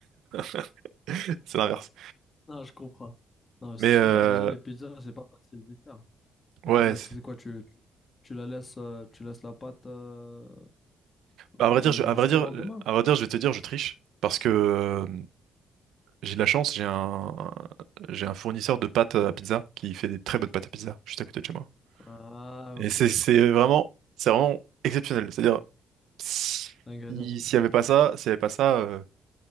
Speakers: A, on the right; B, on the left.
A: <laughs> c'est l'inverse.
B: Non, je comprends. Non, c'est
A: Mais
B: super.
A: euh,
B: Déjà, les pizzas, c'est pas facile de les faire. Les
A: ouais,
B: pizzas,
A: c'est-
B: tu sais quoi, tu, tu, tu la laisses, euh, tu laisses la pâte euh,
A: à vrai
B: le,
A: dire, je, à
B: jusqu'au
A: vrai dire,
B: lendemain.
A: euh, à vrai dire, je vais te dire, je triche parce que euh, j'ai de la chance, j'ai un, j'ai un fournisseur de pâtes à pizza qui fait des très bonnes pâtes à pizza juste à côté de chez moi.
B: Ah,
A: Et
B: ok.
A: c'est c'est vraiment, c'est vraiment exceptionnel. C'est-à-dire, si-
B: L'ingrédient
A: s'il
B: secret.
A: n'y avait pas ça, s'il y avait pas ça. euh,